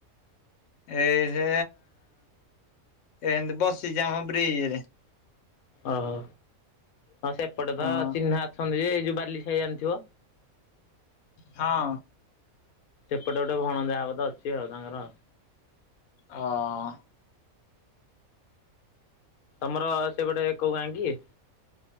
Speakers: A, on the left (about 65°); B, on the left (about 80°).
A: ଏଇ ଯେ ଏମତି ବସିଛି ଆମ ବ୍ରିଜରେ।
B: ଓହୋ ହଁ ସେପଟେତ
A: ହଁ
B: ଚିହ୍ନା ଅଛନ୍ତି ଯୋଉ ବାଲିଖାଇ ଜାଣିଥିବ।
A: ହଁ।
B: ସେପଟେ ଗୋଟେ ଭଣଜା ହବ ତ ଅଛି ଆଉ ତାଙ୍କର।
A: ହଁ।
B: ତମର ସେପଟେ କୋଉ ଗାଁ କି?